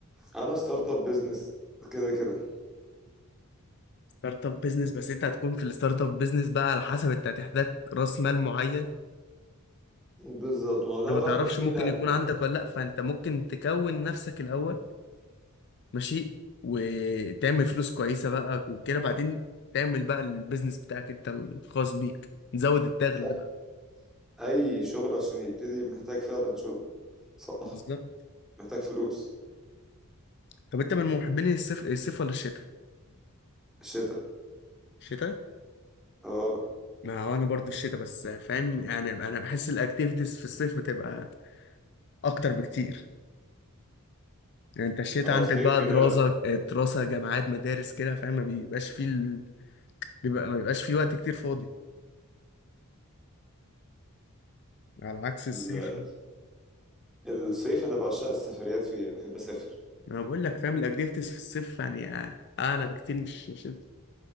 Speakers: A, in the centre; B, on the left.
A: انا ستارت اب بزنس كده كده
B: ستارت اب بزنس بس انت هتكون في الستارت اب بزنس بقى على حسب انت هتحتاج راس مال معين
A: بالظبط ما هو ده
B: انت
A: بقى
B: ما تعرفش
A: من الفريلانسنج
B: ممكن يكون عندك
A: يعني
B: ولا لا فانت ممكن تكون نفسك الاول ماشي وتعمل فلوس كويسه بقى وكده بعدين تعمل بقى البيزنس بتاعك انت الخاص بيك نزود الدخل
A: صح
B: بقى
A: اي شغل عشان يبتدي محتاج فعلا شغل صح
B: بالظبط
A: محتاج فلوس
B: طب انت من محبين الصيف الصيف ولا الشتاء؟
A: شتاء
B: الشتاء؟
A: اه
B: ما هو انا برضو الشتاء بس فاهم يعني انا بحس الاكتيفيتيز في الصيف بتبقى اكتر بكتير يعني انت الشتاء
A: اه
B: عندك
A: الصيف
B: بقى
A: كده
B: دراسة دراسة جامعات مدارس كده فاهم ما بيبقاش فيه ال... بيبقى ما بيبقاش فيه وقت كتير فاضي على عكس الصيف
A: ال- الصيف انا بعشق السفريات فيه بحب اسافر
B: انا بقول لك فاهم الاكتيفيتيز في الصيف يعني اعلى بكتير مش مش انت.